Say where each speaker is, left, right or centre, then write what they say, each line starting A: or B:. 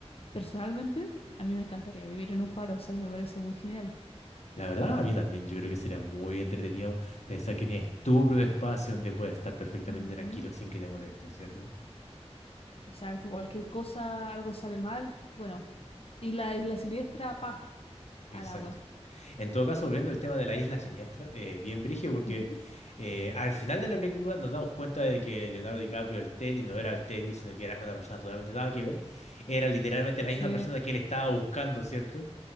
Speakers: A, on the left (about 60°); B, on the left (about 85°).
A: personalmente, a mí me encantaría vivir en un faro, o sea, me parece muy genial.
B: La verdad, a mí también yo creo que sería muy entretenido pensar que tienes tu propio espacio donde puedes estar perfectamente
A: Ujú,
B: tranquilo sin que te molesten, ¿cierto?
A: Exacto, cualquier cosa, algo sale mal, bueno. Y la isla siniestra, paf,
B: Exacto.
A: al agua.
B: En todo caso, volviendo al tema de la isla siniestra, eh, bien brígido, porque
A: Ujú.
B: eh, al final de la película nos damos cuenta de que Leonardo DiCaprio, el Teddy, no era el Teddy, sino que era una persona totalmente nada que ver. Era literalmente la
A: Sí.
B: misma persona que él estaba buscando, ¿cierto?